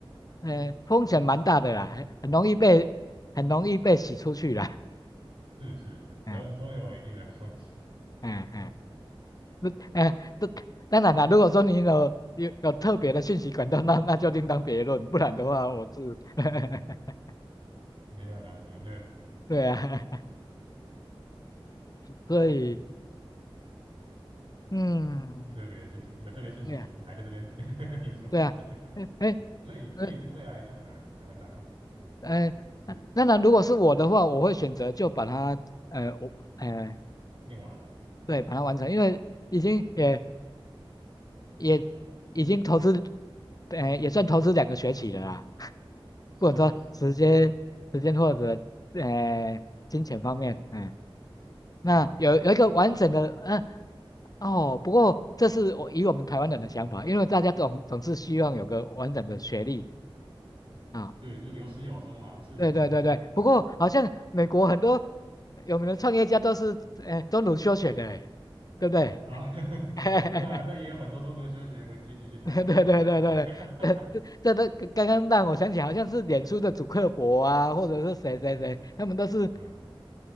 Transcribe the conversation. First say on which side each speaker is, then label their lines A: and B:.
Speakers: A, on the left (about 40°); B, on the right (about 65°).
A: 呃风险蛮大的啦，很很容易被很容易被洗出去了，
B: 是是是是，
A: <laughs>
B: 都都有一定的风险，
A: 嗯嗯嗯。那哎，这当然啦，如果说你有有有特别的信息管道，那那就另当别论，不然的话，我是，<laughs>
B: 没有啦，怎么会有？
A: 对啊，<laughs> 所以，嗯，
B: 特别的讯息，有特别讯息，
A: 对啊，
B: 我我还在这边 <laughs> 念书，
A: 对啊，
B: <laughs> 啊，
A: 哎哎
B: 所以所以这个未来就很难很难掌控，
A: 呃哎，
B: 是
A: 那当然，如果是我的话，我会选择就把它，呃，我，呃，
B: 念完嘛？
A: 对，把它完成，因为已经也也已经投资，呃，也算投资两个学期了啦，
B: 是啊，
A: 不管说时间、
B: 是啊，
A: 时间或者呃金钱方面，哎、那有有一个完整的，
B: 嗯，
A: 嗯、哦，不过这是我以我们台湾人的想法，因为大家总总是希望有个完整的学历啊。
B: 对，就有始有终嘛，事情不要做一半
A: 对对对对，不过好像美国很多有名的创业家都是呃中途休学的嘞，对不对？
B: 啊，<laughs>
A: <laughs>
B: 对啊，但也有很多中途休息回去继续打工啊，
A: 对对对对对对，
B: <laughs>
A: 这这这都刚刚让我想起，好像是脸书的主克伯啊，或者是谁谁谁，他们都是，
B: 嗯，